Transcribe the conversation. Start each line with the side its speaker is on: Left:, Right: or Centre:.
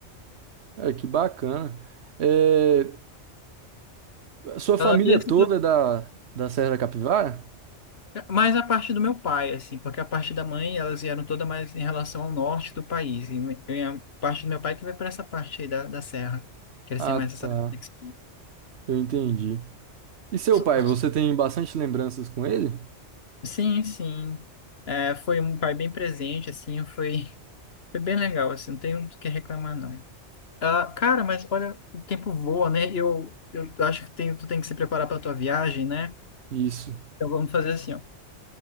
Right: Cara, que bacana. É, a sua família
Left: Ah, e esse,
Right: toda é da, da Serra da Capivara?
Left: mas a parte do meu pai, assim, porque a parte da mãe, elas vieram toda mais em relação ao norte do país. E me- e a parte do meu pai que vai para essa parte aí da, da serra, que eles
Right: Ah,
Left: têm mais essa...
Right: tá.
Left: conexão.
Right: Eu entendi. E seu
Left: So-
Right: pai, você
Left: so-
Right: tem bastante lembranças com ele?
Left: Sim, sim. É, foi um pai bem presente, assim, foi, foi bem legal, assim, não tenho do que reclamar, não. Ah, cara, mas olha, o tempo voa, né? Eu, eu acho que tem, tu tem que se preparar para tua viagem, né?
Right: Isso.
Left: Então vamos fazer assim, ó.